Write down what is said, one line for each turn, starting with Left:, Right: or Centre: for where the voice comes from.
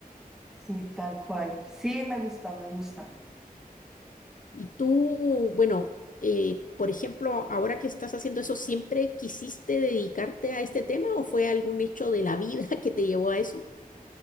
Centre: Sí, tal cual. Sí, me gusta, me gusta.
Left: Y tú, bueno, eh, por ejemplo, ahora que estás haciendo eso, ¿siempre quisiste dedicarte a este tema o fue algún hecho de la vida <laughs> que te llevó a eso?